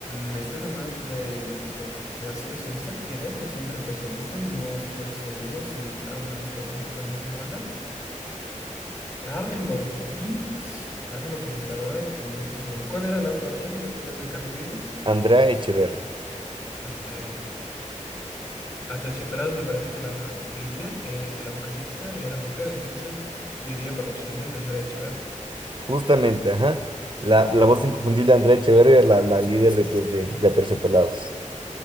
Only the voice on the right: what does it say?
Andrea Echeverry.
Justamente, ajá. La,
la voz inconfundible de Andrea Echeverría, la, la líder de, pues, de, de Aterciopelados.